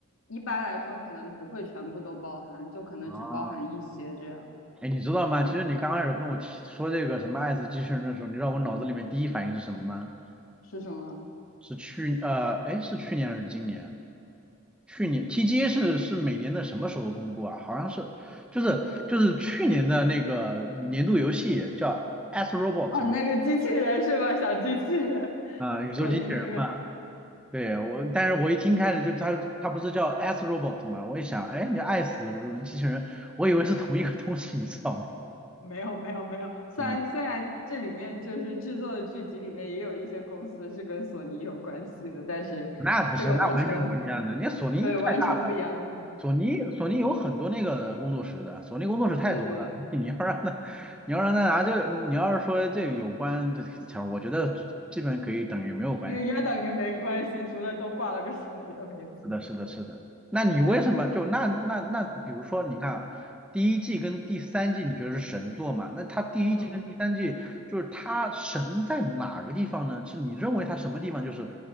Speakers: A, on the left; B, in the centre.
A: 一般来说可能不会全部都包含，就可能只包含一些这样。
B: 啊？哎，你知道吗？其实你刚开始跟我提说这个什么爱死机器人的时候，你知道我脑子里面第一反应是什么吗？
A: 是什么？
B: 是去呃，哎，是去年还是今年啊？去年 TGA 是是每年的什么时候公布啊？好像是就是就是去年的那个年度游戏叫《As Robot》
A: 啊，那个机器人是吧？小机器人，
B: 啊、宇宙机器人嘛。
A: 索尼那个
B: 对我，但是我一听开始就它它不是叫 As Robot 嘛？我一想，哎，你爱死机器人，我以为是同一个东西，你知道吗？
A: 没有没有没有。虽然虽然这里面就是制作的剧集里面也有一些公司是跟索尼有关系的，
B: 嗯，
A: 但是这个完全
B: 那不是，那完全不一样的。你索尼太大了。
A: 对完全不一样。
B: 索尼索尼有很多那个工作室的，索尼工作室太多了。
A: 对对，
B: <laughs> 你要让他，你要让他拿这个，你要是说这个有关这条，我觉得基本可以等于没有关系。
A: 也也等于没关系，除了都挂了个索尼的名字。
B: 是的，是的，是的。那你为什么就那那那，比如说你看啊第一季跟第三季，你觉得是神作嘛？那他第一季跟第三季就是他神在哪个地方呢？
A: 嗯。
B: 是你认为他什么地方就是